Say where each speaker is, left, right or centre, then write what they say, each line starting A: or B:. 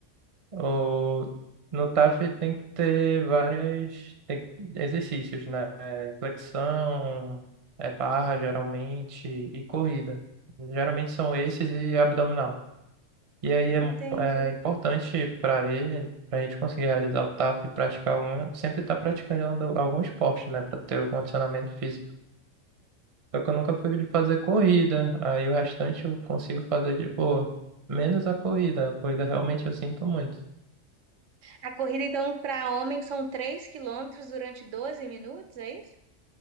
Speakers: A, on the right (about 35°); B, on the right (about 70°).
A: o No TAF tem que ter várias tem... que- exercícios, né? É Flexão, é barra, geralmente, e corrida. Geralmente são esses e abdominal. E aí é, mu-
B: Entendi.
A: é importante para ele, para a gente conseguir realizar o TAF e praticar algum, sempre estar praticando algum esporte, né? Para ter o condicionamento físico Só que eu nunca fui de fazer corrida. Aí o restante eu consigo fazer de boa. Menos a corrida. A corrida realmente eu sinto muito.
B: A corrida, então, para homem são 3 quilômetros durante 12 minutos, é isso?